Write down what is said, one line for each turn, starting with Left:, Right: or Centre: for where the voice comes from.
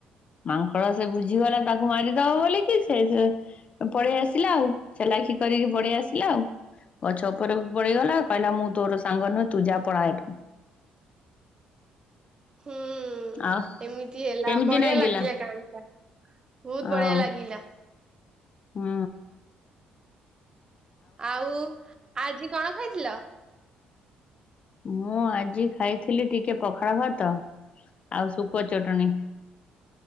Left: ମାଙ୍କଡ଼ ସେ ବୁଝିଗଲା ତାକୁ ମାରିଦବ ବୋଲିିକି ସେ ସେ ପଳେଇ ଆସିଲା ଆଉ ଚାଲାଖି କରିକି ପଳେଇ ଆସିଲା ଆଉ ଗଛ ଉପରକୁ ପଳେଇଗଲା କହିଲା ମୁଁ ତୋର ସାଙ୍ଗ ନୁହେଁ ତୁଜା ପଳା ଏଠୁ
Right: ହୁଁ
Left: ଆଉ
Right: ଏମିତି ହେଲା
Left: କେମିତି
Right: ବଢିଆ
Left: ନାଗିଲା
Right: ଲାଗିଲା କାହାଣୀଟା। ବହୁତ ବଢିଆ
Left: ଆଉ
Right: ଲାଗିଲା।
Left: ହୁଁ।
Right: ଆଉ ଆଜି କଣ ଖାଇଥିଲ?
Left: ମୁଁ ଆଜି ଖାଇଥିଲି ଟିକେ ପଖାଳ ଭାତ ଆଉ ସୁଖୁଆ ଚଟଣି।